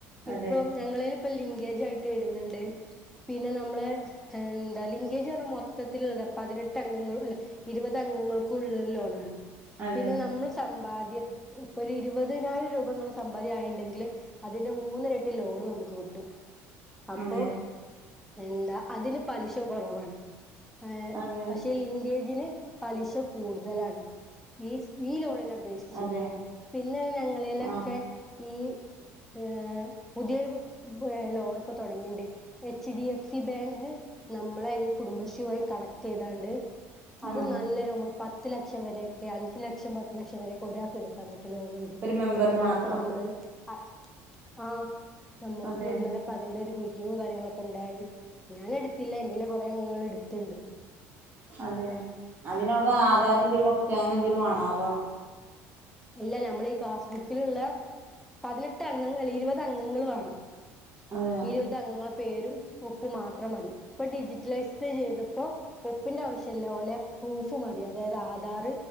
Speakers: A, on the right; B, in the centre.
A: അതെ
B: ഇപ്പൊ ഞങ്ങളെയിലിപ്പ ലിങ്കേജ് ആയിട്ട് വരുന്നുണ്ട് പിന്നെ മ്മളെ എന്താ ലിംഗേജ പറഞ്ഞ മൊത്തത്തിലുള്ളത് പതിനെ ട്ട ഗങ്ങൾ അല ഇരുപത് അംഗങ്ങൾക് ള്ള ലോണാണ്
A: അതെ
B: പിന്നെ നമ്മൾ സമ്പാദ്യ ഇപ്പൊ ഒരു ഇരുപതിനായിരം രൂപങ്ങളെ സമ്പാദ്യം ആയിണ്ടെങ്കിൽ അതിന്റെ മൂന്നരട്ടി ലോണ് നമുക്ക് കിട്ടും. അപ്പം
A: അതെ
B: എന്താ അതിന് പലിശ കൊറവാണ്. ഏ
A: അതെ
B: പക്ഷെ ലിങ്കേജിന് പലിശ കൂടുതലാണ് ഈസ് ഈ ലോണിന് അപേക്ഷിച്ച്
A: അതെ
B: പിന്നെ ഞങ്ങളേലൊക്കെ
A: ആഹ്
B: ഈ ഏ പുതിയൊരു <unintelligible> ലോൺ ഇപ്പൊ തുടങ്ങിണ്ട്. H D F C bank നമ്മളെ ഈ കുടുംബശ്രീമായി കണക്ട് യ്താണ്ട് അത്
A: ആഹ്
B: നല്ല രോ പത്ത് ലക്ഷം വരേക്കെ അഞ്ച് ലക്ഷം, പത്ത് ലക്ഷം വരേക്കെ ഒരാക്ക് എടുക്കാൻ പറ്റിയ ലോണ്
A: ഒരു മെമ്പറിന്
B: ഇപ്പ ഇന്നലെപ്പം
A: മാത്രം
B: നമ്മള് അ ആ നമുക്ക്
A: അതെ
B: ഇന്നലെ അപ്പ അതിന്റെ ഒരു മീറ്റിങ്ങും കാര്യങ്ങളൊക്കെ ഇണ്ടായി ഞാൻ എടുത്തില്ല എന്റെല് കൊറെ അംഗങ്ങൾ ഇട്ത്ത്ണ്ട്.
A: അതെ അതിനൊക്കെ ആധാരം എന്തേലും വെക്ക അങ്ങനെ എന്തെലും വാണോ അതോ?
B: ഇല്ല നമ്മൾ ഈ പാസ് ബുക്ക്ല്ള്ള പതിനെട്ട് അംഗങ്ങൾ അല്ലെ ഇരുപത് അംഗങ്ങള് വേണം.
A: അതെ
B: ഇരുപത് അംഗങ്ങളെ പേരും ഒപ്പ് മാത്രം മതി ഇപ്പ ഡിജിറ്റലൈസ്ഡ് ചെയ്തപ്പോ ഒപ്പിന്റെ ആവശ്യല്ല ഓലെ പ്രൂഫ് മതി അതായത് ആധാർ,